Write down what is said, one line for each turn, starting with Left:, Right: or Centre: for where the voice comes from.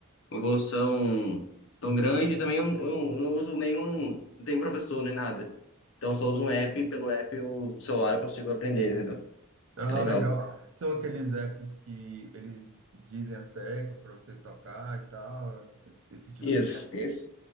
Left: uma evolução tão grande. Também eu, eu não, eu não uso nenhum, não tenho professor nem nada. Então eu só uso um app, pelo app o celular eu consigo aprender, entendeu?
Right: Ah,
Left: É legal.
Right: legal. São aqueles apps que eles dizem as teclas para você tocar e tal, esse tipo
Left: Isso,
Right: de app.
Left: isso.